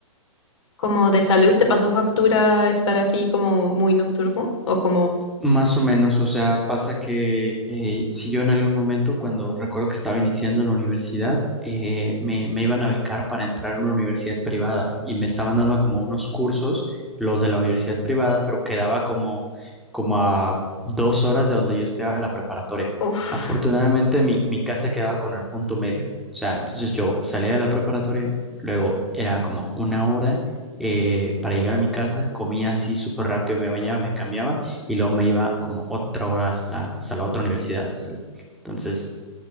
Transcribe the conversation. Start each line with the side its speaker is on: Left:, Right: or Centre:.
Left: ¿Como de salud te pasó factura estar así como muy nocturno? ¿O como...
Centre: Más o menos, o sea, pasa que eh, si yo en algún momento, cuando recuerdo que estaba iniciando en la universidad, eh, me, me iban a becar para entrar a una universidad privada y me estaban dando como unos cursos, los de la universidad privada, pero quedaba como, como a dos horas de donde yo estaba en la preparatoria.
Left: Uf.
Centre: Afortunadamente, mi, mi casa quedaba con el punto medio, o sea, entonces yo salía de la preparatoria, luego era como una hora eh, para llegar a mi casa, comía así súper rápido, me bañaba, me cambiaba y luego me iba como otra hora hasta, hasta la otra universidad. hasta la- Entonces,